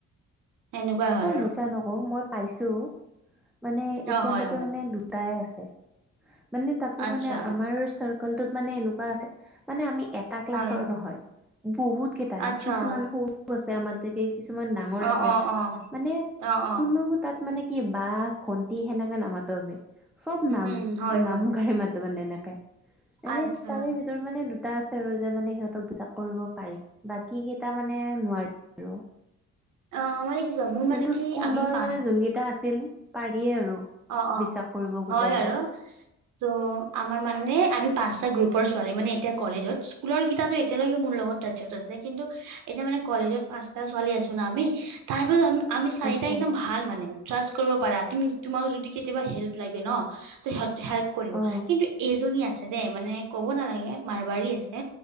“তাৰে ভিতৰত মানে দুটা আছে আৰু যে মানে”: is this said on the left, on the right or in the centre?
Centre